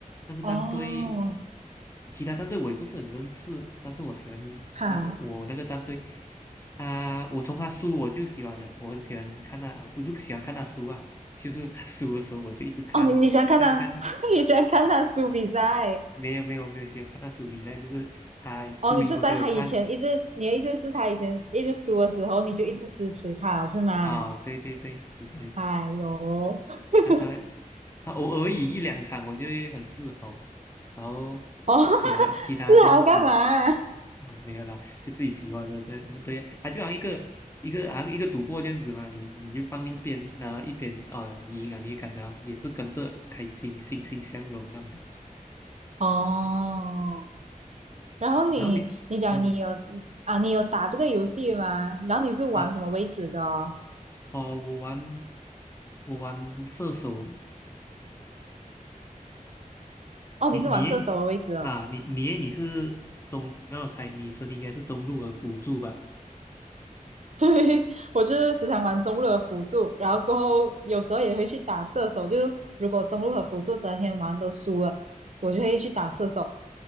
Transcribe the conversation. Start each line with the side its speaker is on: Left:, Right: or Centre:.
Left: 那个战队
Right: 哦，
Left: 其他战队我也不是很认识，但是我喜欢那个我那个战队
Right: 哈，
Left: 啊，我从他输我就喜欢的，我很喜欢看他，啊，不是喜欢看他输啊，就是他输的时候我就一直看，
Right: 哦你你喜欢看他，
Left: 看看
Right: <laughs> 你喜欢看他输比赛，
Left: 没有没有没有喜欢看他输比赛，就是他输赢我都有看
Right: 哦你是在他以前一直，你的意思是他以前一直输的时候，你就一直支持他是吗？
Left: 啊，对对对，以前
Right: 哎呦，<laughs>
Left: 他他他偶尔赢一两场我就会很自豪，然后
Right: 哦，<laughs>
Left: 其他其他都是输。
Right: 是还要干嘛？<laughs>
Left: 啊，没有啦，就自己喜欢的，对对呀，啊，就好像一个一个好像一个赌博这样子嘛，你你就放一边，然后一边哦赢啊，你就感觉也是跟着开心，欣欣向荣那种感觉。
Right: 哦，然后你你讲你有啊，
Left: 然后你，嗯
Right: 你有打这个游戏吗？然后你是玩什么为止的哦
Left: 啊，哦，我玩我玩射手的
Right: 哦，
Left: 你你诶
Right: 你是玩射手的位置哦。
Left: 啊，你你诶你是中，那我猜，你是应该是中路和辅助吧？嗯
Right: <laughs> 对，我就是时常玩中路的辅助，然后过后有时候也会去打射手。就是如果中路和辅助整天玩都输了，我就会去打射手。